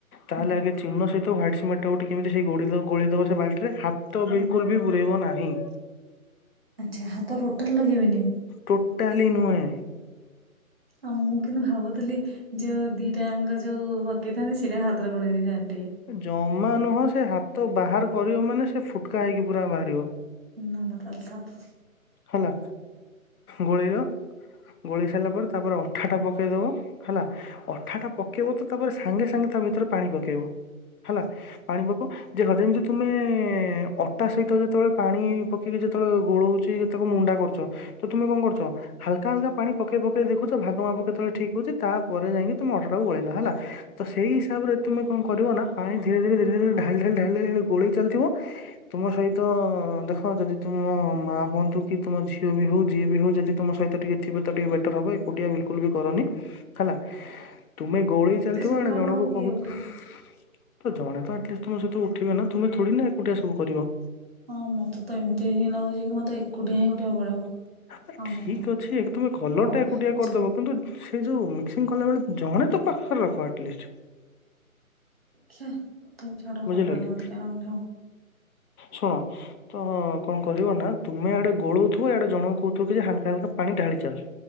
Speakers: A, on the left; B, on the right.
A: ତାହେଲେ
B: ହୁଁ
A: ଆଗେ ଚିହ୍ନ ସହିତ। ତ ହ୍ୱଟ ସିମେଣ୍ଟଟାକୁ ଟିକେ ଏମତି ସେ ଗୋଳି ଦେବ ସେ ବାଲଟିରେ ହ। ତ ବିଲକୁଲ
B: ହୁଁ।
A: ବି ବୁରୀ ହ ନାହି। ହୁଁ।
B: ଆଚ୍ଛା ହାତ ଟୋଟାଲ ଲଗେଇବେନି।
A: ଟୋଟାଲି ନୁହେଁ
B: ଆଉ ମୁଁ କିନ୍ତୁ ଭାବୁଥିଲି ଯୋଉ ଦିଟାଙ୍କ ଯୋଉ ପକେଇଥାନ୍ତି ସେଇଟା ହାତରେ ଗୁରେଇ ଦେଇଥାନ୍ତି। ଟିକେ।
A: ଜମା ନୁହଁ ସେ ହାତ। ତ ବାହାର କରିବ ମାନେ ସେ ଫୁଟକା ହେଇକି ପୁରା ବାହାରିବ।
B: ନା ନା ତାହାଲେ ଥାଉ।
A: ହେଲା ଗୋଳେଇଲ ଗୋଳେଇ ସାରିଲା ପରେ ତାପରେ। ହେଟା ପକେଇ ଦେବ। ହେଲା ଅଠାଟା ପ। କେବଳ ତ ତାପରେ ସାଙ୍ଗେ ସାଙ୍ଗେ ତା ଭିତରେ ପାଣି ପକେଇବ। ହେଲା ପାଣିିବାକୁ। ଦେଖ ଯେମିତି ତୁମେ ଅଟା ସହିତ ଯେତେବେଳେ ପାଣି ପକେଇକି ଯେତେବେଳେ ଗୋଳଉଛି। ତାକୁ ମୁଣ୍ଡା କରୁଛ। ତୁମେ କଣ କରଛ। ହାଲ୍କା ହାଲ୍କା ପାଣି ପକେଇ ପକେଇ ଦେଖୁ। ଛ ଭାଗ ମାପ କେତେବେଳେ ଠିକ ହଉଛି ତା ପରେ ଯାଇକି ତମ ଅଟାକୁ ଗୋଳେଇଲ ହେଲା ତ ସେଇ ହିସାବରେ ତୁମେ କଣ କରିବ ନା ପାଣି ଧୀରେ ଧରେ ଧୀରେ ଢାଳି ଢାଳି ଗୋଳେଇ ଚାଲିଥିବ ତୁମ ସହିତ ଦେଖ ଯଦି ତୁମ ମା ହୁଅନ୍ତୁ କି ତମ ଝିଅ ବି ହଉ ଯିଏ ବି ହଉ ଯଦି ତମ ସହି ଟେ ଥିବ ତ ଟିକେ ହବ ଏକୁଟିଆ ବିଲକୁଲ ବି କରନି ହେଲା। ତୁମେ ଗୋଳେଇ ଚାଲିଥିବ
B: ସକାଳୁ
A: ୟାଡେ ଜଣକୁ
B: ଆଉ କିଏ
A: କହୁ
B: ଉଠିବ
A: ତ ଜଣେ ତ ଆଟଲିଷ୍ଟ ତମ ସହିତ ଉଠିବେ ନା ତୁମେ ଥୋଡି ନା ଏକୁଟିଆ ସବୁ କରିବ
B: ହଁ ମତେ ତ ଏମିତି ହିଁ ଲାଗୁଛି କି ମତେ ଏକୁଟିଆ ହିଁ ଉଠିବାକୁ ପଡିବ
A: ଆ
B: ଆଉ
A: ଠିକ
B: ନହେଲେ ହବନି
A: ଅଛି ତମେ କଲର
B: ହଉ
A: ଟା ଏକୁଟିଆ
B: ଆଚ୍ଛା
A: କରିଦବ କିନ୍ତୁ ସେଇ ଯୋଉ ମିକ୍ସିଂ କଲା ବେଳେ ଜଣେ ତ ପାଖରେ ରଖ ଆଟଲିଷ୍ଟ
B: ଦେଖିଆ ତ ଛାଡ
A: ବୁଝିଲ
B: ହବନି
A: କି
B: ମତେ କାଇଁ
A: ଶୁଣ ତ କଣ କରିବ ନା ତୁମେ ଆଡ ଗୋଳଉଥିବ ଆଡେ ଜଣ କହୁଥିବ କି ଯେ ହାଲକା ହାକା ପାଣି ଢାଳି ଚାଲ।